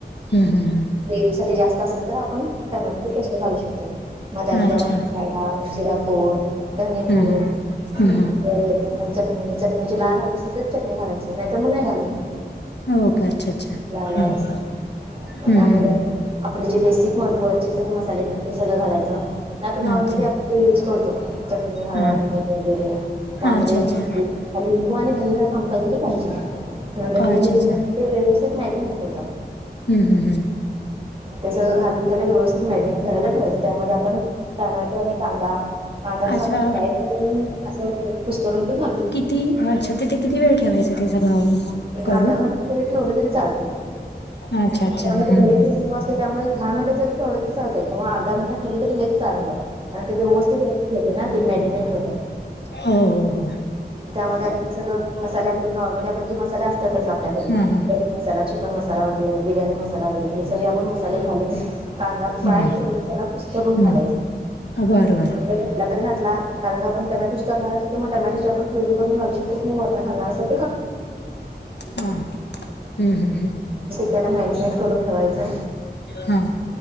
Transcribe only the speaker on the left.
हम्म हम्म
अच्छा.
हम्म
हम्म
हम्म
हम्म ओके अच्छा अच्छा हम्म
हम्म
हम्म
हम्म.
अच्छा
हा
अच्छा अच्छा
अच्छा
अच्छा
हम् हम् हम.
अच्छा
त अच्छ तिथे किती वेळ ठेवायचं ते सगळं.
करून
अच्छा अच्छा
हम्म
हम्म
हा हा हा.
हा हा
हम्म
हम्म
बरं बरं
हा हम्म हम्म हम्म
हा.